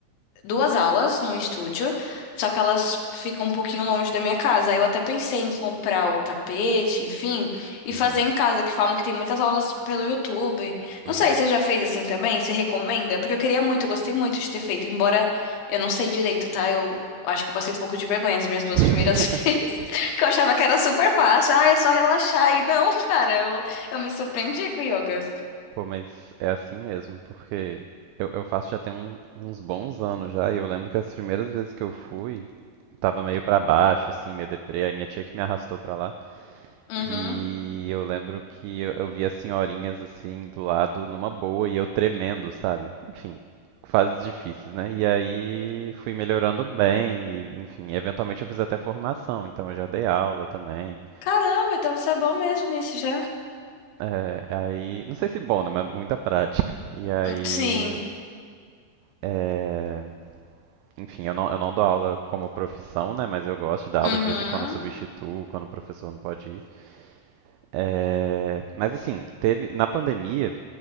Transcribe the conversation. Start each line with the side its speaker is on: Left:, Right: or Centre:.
Left: duas aulas no estúdio, só que elas ficam um pouquinho longe da minha casa. Aí eu até pensei em comprar o tapete, enfim, e fazer
Right: Uhum,
Left: em casa, que falam que tem muitas aulas pelo YouTube. Não
Right: uhum.
Left: sei, você já fez assim também? Você recomenda? Porque eu queria muito, eu gostei muito de ter feito, embora eu não sei direito, tá? Eu acho que eu passei um pouco de vergonha as minhas duas
Right: <laughs>
Left: primeiras <laughs> vezes, porque eu achava que era super fácil. Ah, é só relaxar. E não, <laughs> cara, eu, eu me surpreendi com o yoga.
Right: Pô, mas é assim mesmo, porque eu, eu faço já tem um- uns bons anos já, e eu lembro que as primeiras vezes que eu fui, tava meio pra baixo, assim, meio deprê, aí minha tia que me arrastou pra lá,
Left: Uhum.
Right: e eu lembro que eu, eu vi as senhorinhas, assim, do lado, numa boa, e eu tremendo, sabe? Enfim, fases difíceis, né? E aí fui melhorando bem, e enfim, eventualmente eu fiz até formação, então eu já dei aula também.
Left: Caramba, então você é bom mesmo nisso já.
Right: É, aí, não sei se bom, né? Mas muita prática. E aí,
Left: Sim.
Right: é, Enfim, eu não, eu não dou aula como profissão, né? Mas eu gosto de dar aula,
Left: Uhum.
Right: de vez em quando eu substituo, quando o professor não pode ir. É, Mas assim, teve na pandemia,